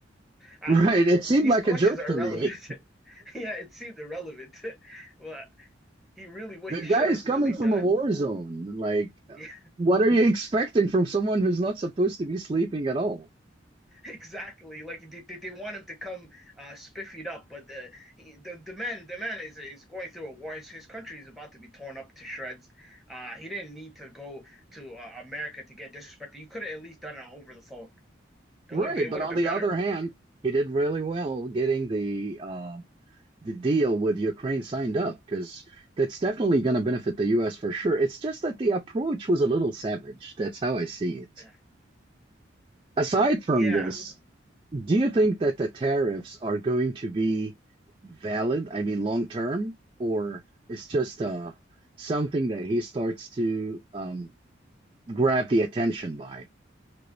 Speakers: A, in the centre; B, on the right (about 25°).
A: Uh,
B: right. It seemed
A: these
B: like
A: questions
B: a joke
A: are
B: to
A: irrelevant.
B: me.
A: <laughs> yeah, it seemed irrelevant, <laughs> but he really what
B: The
A: he
B: guy
A: should
B: is
A: have
B: coming
A: really
B: from
A: done.
B: a war zone. Like,
A: <laughs>
B: what are you expecting from someone who's not supposed to be sleeping at all?
A: Yeah, exactly. Like they, they, want him to come uh, spiffied up, but the he, the the man the man is is going through a war. His, his country is about to be torn up to shreds. Uh, he didn't need to go to uh, America to get disrespected. You could have at least done it over the phone. It
B: Right,
A: would have been it
B: but
A: would
B: on
A: have been
B: the
A: better.
B: other hand, he did really well getting the uh, the deal with Ukraine signed up because that's definitely going to benefit the U.S. for sure. It's just that the approach was a little savage. That's how I see it.
A: Yeah,
B: Aside
A: yeah.
B: from this, do you think that the tariffs are going to be valid, I mean, long term, or it's just uh, something that he starts to um, grab the attention by?